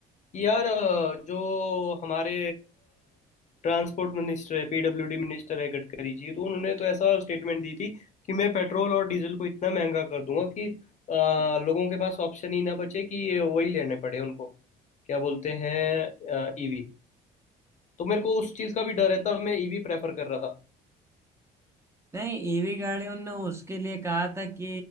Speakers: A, on the left; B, on the right.
A: कि यार अ, जो हमारे ट्रांसपोर्ट मिनिस्टर है पीडब्ल्यूडी मिनिस्टर है गडकरी जी तो उन्होंने तो ऐसा स्टेटमेंट दी थी कि मैं पेट्रोल और डीजल को इतना महंगा कर दूंगा कि अ, लोगों के पास ऑप्शन ही ना बचे कि ये वही लेने पड़े उनको क्या बोलते हैं ईवी तो मेरे को उस चीज़ का भी डर है तब मैं ईवी प्रेफर कर रहा था
B: नहीं ईवी गाड़ियों ने उसके लिए कहा था कि